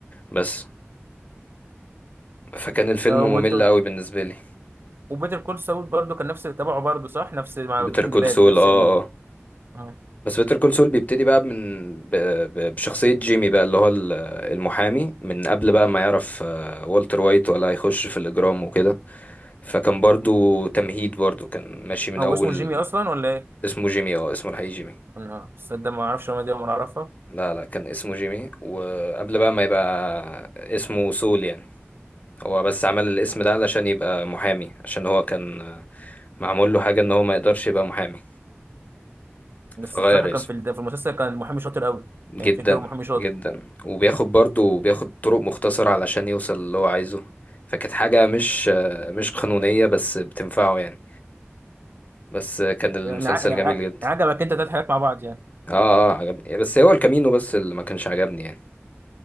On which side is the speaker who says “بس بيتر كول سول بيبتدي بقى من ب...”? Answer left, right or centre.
Left